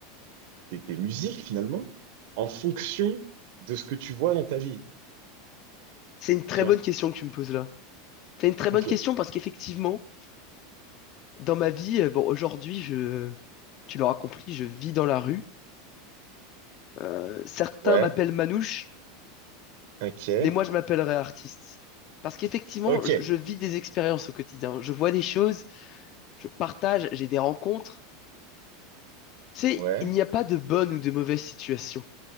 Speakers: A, on the right; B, on the left.
A: des- des musiques finalement en fonction de ce que tu vois dans ta vie?
B: C'est une très
A: Tu
B: bonne
A: vois?
B: question que tu me poses là. C'est une très bonne
A: Ok.
B: question parce qu'effectivement, dans ma vie, euh, bon, aujourd'hui, je... Tu l'auras compris, je vis dans la rue. Euh, certains
A: Ouais.
B: m'appellent Manouche,
A: Ok.
B: mais moi je m'appellerais artiste. Parce qu'effectivement,
A: Ok.
B: je, je vis des expériences au quotidien. Je vois des choses, je partage, j'ai des rencontres. Tu sais,
A: Ouais.
B: il n'y a pas de bonne ou de mauvaise situation.